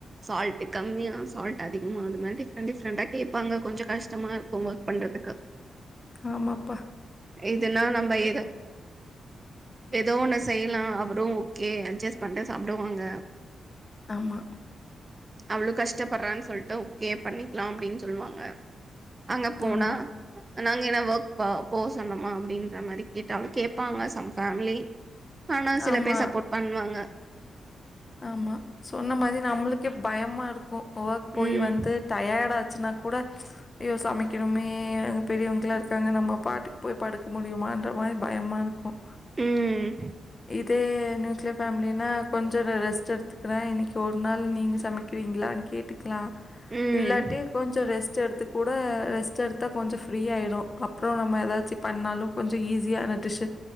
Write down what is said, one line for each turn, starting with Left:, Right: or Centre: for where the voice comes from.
Right: சால்ட் கம்மியா சால்ட் அதிகமா அது மாதிரி டிஃப்ரெண்ட் டிஃப்ரெண்டா கேட்பாங்க கொஞ்சம் கஷ்டமா இருக்கும்மா பண்றதுக்கு
Left: ஆமாப்பா.
Right: இதுன்னா நம்ம எத ஏதோ ஒன்ன செய்யலா அவரு ஓகே அட்ஜஸ்ட் பண்ட்டு சாப்டுவாங்க
Left: ஆமா
Right: அவ்ளோ கஷ்டப்பட்றான்னு சொல்ட்டு ஓக்கே பண்ணிக்கலா அப்டின்னு சொல்லுவாங்க அங்க போனா
Left: ஆமா,
Right: நாங்க எல்லா ஒர்க் பா போ சொன்னமா அப்டின்ற மாறி கேட்டாலு கேப்பாங்க சம் ஃபேம்லி ஆனா சில
Left: ஆமா,
Right: பேர் சப்போர்ட் பண்வாங்க
Left: ஆமா சொன்ன மாரி நம்மளுக்கே பயமா இருக்கு ஒர்க் போயி
Right: ம்
Left: வந்து டயர்ட் ஆச்சுன்னாக் கூட ஐய்யோ சமைக்கணுமே அங்க பெரியவங்கல்லா இருக்காங்க நம்ம பாட்டுக்கு போய் படுக்க முடியுமான்ற மாறி பயமா இருக்கும்
Right: ம்
Left: இதே நியூக்லியர் பேமிலினா கொஞ்சோ நா ரெஸ்ட் எடுத் எடுத்துக்றே இன்னைக்கு ஒரு நாள் நீங்க சமைக்கிறீங்களான்னு கேட்டுக்கலா
Right: ம்
Left: இல்லாட்டி கொஞ்சோ ரெஸ்ட் ரெஸ்ட் எடுத்து கூட ரெஸ்ட் எடுத்தா கொஞ்சோ ஃப்ரீயாயிடு அப்றோ நம்ம ஏதாச்சு பண்ணாலு கொஞ்சோ ஈஸியான டிஷ்ஷு